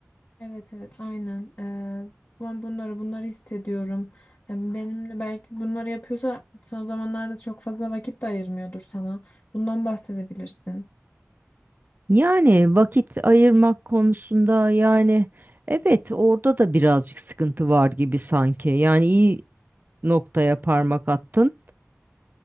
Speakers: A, on the left (about 50°); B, on the right (about 40°).
A: Evet evet aynen. Ee, ben bunları bunları hissediyorum. Ee, benimle belki bunları yapıyorsa son zamanlarda çok fazla vakit de ayırmıyordur sana. Bundan bahsedebilirsin.
B: Yani vakit ayırmak konusunda yani evet orada da birazcık sıkıntı var gibi sanki. Yani iyi noktaya parmak attın.